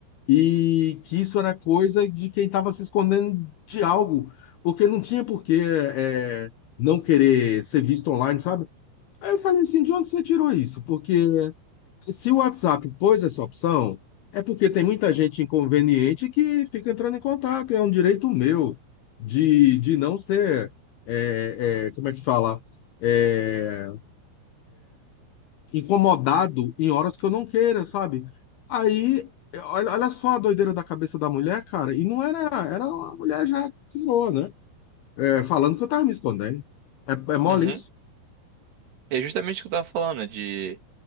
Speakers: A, on the left; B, on the right.
A: E que isso era coisa de quem tava se escondendo de algo, porque não tinha por que é, não querer ser visto online, sabe? Aí eu falei assim, de onde você tirou isso? Porque se o WhatsApp pôs essa opção, é porque tem muita gente inconveniente que fica entrando em contato. É um direito meu de, de não ser, é, é, como é que fala, É, incomodado em horas que eu não queira, sabe? Aí, olha, olha só a doideira da cabeça da mulher, cara. E não era, era uma mulher já curou, né? É, falando que eu tava me escondendo. É, é mole
B: Uhum.
A: isso?
B: É justamente o que eu tava falando, né, de